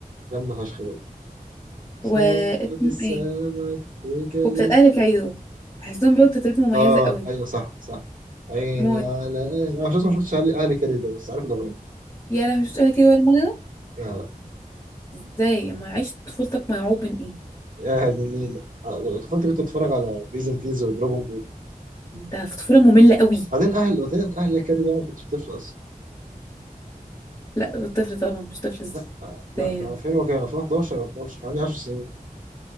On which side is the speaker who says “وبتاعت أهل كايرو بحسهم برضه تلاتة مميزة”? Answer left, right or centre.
Left